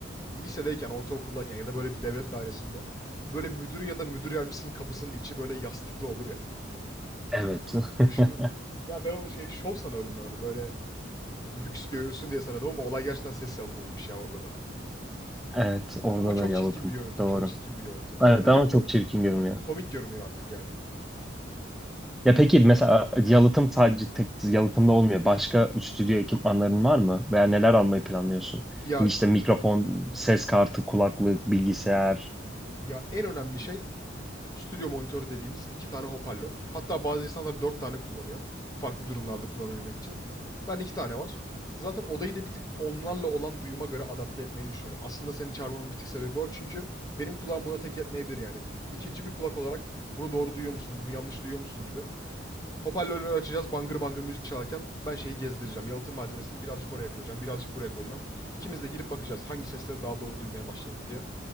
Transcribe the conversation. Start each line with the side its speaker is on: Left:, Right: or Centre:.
Left: lisedeyken, ortaokuldayken ya da böyle bir devlet dairesinde böyle müdürün ya da müdür yardımcısının kapısının içi böyle yastıklı olur ya.
Centre: Evet. <laughs>
Left: Düşündün mü? Ya ben onu şey şov sanıyordum ben onu. Böyle lüks görünsün diye sanıyordum ama olay gerçekten ses yalıtımıymış ya orada da.
Centre: Evet, orada
Left: Ama çok
Centre: da yalıtım.
Left: çirkin bir görüntü.
Centre: Doğru.
Left: Çok çirkin bir görüntü.
Centre: Evet
Left: Bence
Centre: ama
Left: ko-
Centre: çok çirkin görünüyor.
Left: komik görünüyor artık yani.
Centre: Ya peki mesela e, yalıtım sadece tek yalıtımda olmuyor. Başka stüdyo ekipmanların var mı? Veya neler almayı planlıyorsun?
Left: Ya
Centre: İşte mikrofon, ses kartı, kulaklık, bilgisayar.
Left: ya en önemli şey stüdyo monitörü dediğimiz iki tane hoparlör. Hatta bazı insanlar dört tane kullanıyor. Farklı durumlarda kullanabilmek için. Ben iki tane var. Zaten odayı da bir tık onlarla olan duyuma göre adapte etmeyi düşünüyorum. Aslında seni çağırmamın bir tık sebebi o. Çünkü benim kulağım buna tek yetmeyebilir yani. İkinci bir kulak olarak bunu doğru duyuyor musun, bunu yanlış duyuyor musun gibi. Hoparlörleri açacağız, bangır bangır müzik çalarken ben şeyi gezdireceğim. Yalıtım malzemesini birazcık oraya koyacağım, birazcık buraya koyacağım. İkimiz de girip bakacağız hangi sesleri daha doğru duymaya başladık diye